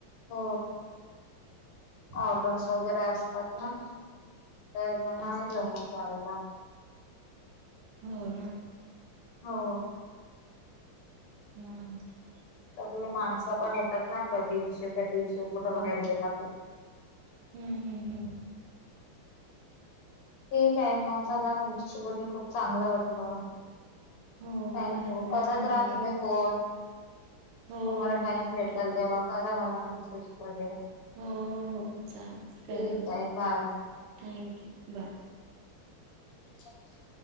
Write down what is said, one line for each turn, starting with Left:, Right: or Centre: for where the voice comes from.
Left: हो..
Right: हम्म,
Left: ऑर्डर्स वगैरे असतात ना. त्यांना नाही
Right: असतात
Left: जमतं
Right: ना
Left: जायला.
Right: हो... ना
Left: हो
Right: हम्
Left: सगळे माणसं पण येतात ना कधीशे कधीशे दिवशी कुठं बाहेर गेला की.
Right: हम्म.. हम्म... हम्म
Left: ठीक हैय... मग चला तुमच्याशी बोली खूप चांगलं वाटलं.
Right: हो
Left: थँक्यू...
Right: मला पण
Left: करत
Right: छान
Left: राहा
Right: वाट
Left: तुम्हीच. फोन..
Right: हो
Left: तुम्हाला
Right: हो
Left: टाइम
Right: नक्की
Left: भेटल तेव्हा करा मला मेसेज वगैरे
Right: हो.. हो.. चालतय करेन...
Left: ठीक आहे बाय.
Right: Thank you bye.
Left: तुमचा?